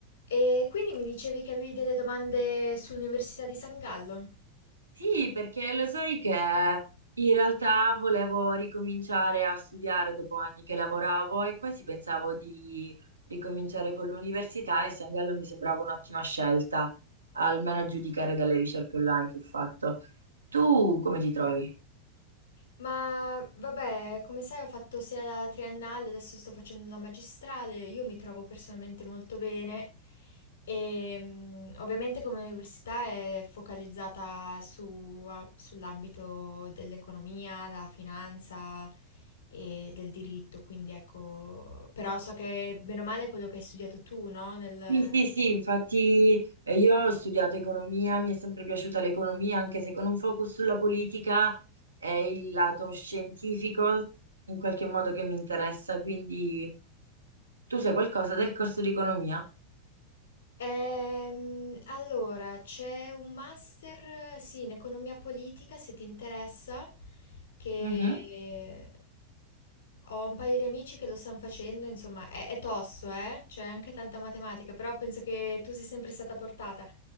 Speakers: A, on the left; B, on the right.
A: E quindi mi dicevi che avevi delle domande sull'Università di San Gallo.
B: Sì, perché lo sai che in realtà volevo ricominciare a studiare dopo anni che lavoravo e quasi pensavo di ricominciare con l'università e Sangallo mi sembrava un'ottima scelta, almeno a giudicare dalle ricerche online che ho fatto. Tu come ti trovi?
A: Ma vabbè, come sai, ho fatto sia la triennale, adesso sto facendo la magistrale. Io mi trovo personalmente molto bene. E mm, ovviamente, come università è focalizzata su- a- sull'ambito dell'economia, della finanza e del diritto. Quindi ecco, però so che bene o male è quello che hai studiato tu, no? Nel,
B: Sì, sì, sì, infatti eh, io ho studiato economia, mi è sempre piaciuta l'economia, anche se con un focus sulla politica è il lato scientifico in qualche modo che mi interessa, quindi tu sai qualcosa del corso di economia?
A: Ehm, allora, c'è un master, sì, in economia politica, se ti interessa, che
B: Mhm,
A: ho un paio di amici che lo stanno facendo, insomma, è, è tosto, eh? C'è anche tanta matematica, però penso che tu sei sempre stata portata.